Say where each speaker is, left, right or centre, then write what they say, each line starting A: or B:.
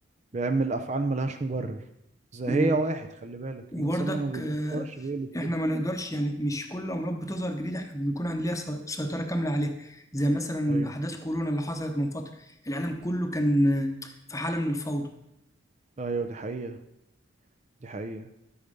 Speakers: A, on the right; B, on the left.
A: بيعمل افعال ملهاش مبرر زي
B: و-
A: واحد خلي بالك
B: وبرضك
A: الانسان لما بيفكرش
B: آه،
A: بيقلب
B: إحنا
A: كده
B: ما نقدرش يعني مش كل أمراض بتظهر جديدة إحنا بنكون عندنا سي- سيطرة كاملة عليها زي مثلا
A: ايوه
B: أحداث كورونا اللي حصلت من فترة العالم كله كان آه، في حالة من الفوضى
A: ايوه دي حقيقه دي حقيقه